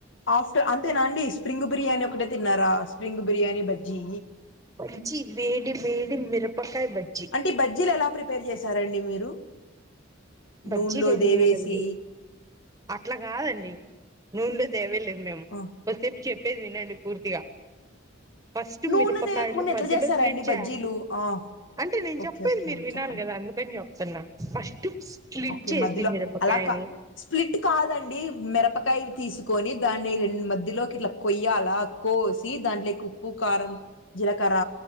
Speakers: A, on the left (about 75°); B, on the right (about 20°).
A: ఆఫ్టర్ అంతేనా అండి స్ప్రింగ్ బిర్యానీ ఒకటే తిన్నారా? స్ప్రింగ్ బిర్యానీ బజ్జీ
B: బజ్జి వేడి వేడి మిరపకాయ బజ్జి
A: అంటే బజ్జీలు ఎలా ప్రిపేర్ చేశారండి మీరు?
B: బజ్జీలు
A: నూనెలో
B: ఏం
A: దేవేసి
B: లేదండి అట్లా కాదండి నుూండో తేవేలేదు మేము
A: ఆ
B: ఒకసటేపు చెప్పేది వినండి పూర్తిగా ఫస్ట్
A: నూనె
B: మిరపకాయలు
A: తేయకుండా ఎట్లా
B: మధ్యలో
A: చేస్తారండి
B: స్లిచ్చయారు
A: బజ్జీలు ఆ
B: అంటే నేను
A: ఓకే
B: చెప్పేది
A: ఓకే
B: మీరు
A: అండి
B: వినాలి
A: చెప్పండి
B: కదా అందుకని చెప్తున్నా ఫస్ట్ స్లిట్
A: ఓకే
B: చేసి
A: మధ్యలో
B: మీరపకాయని
A: అలా కా స్ప్లిట్ కాదండి మిరపకాయ తీసుకొని దాన్ని రెండు మధ్యలోకి ఇట్లా కొయ్యాల కోసి దాంట్లో ఉప్పు, కారం, జీలకర్ర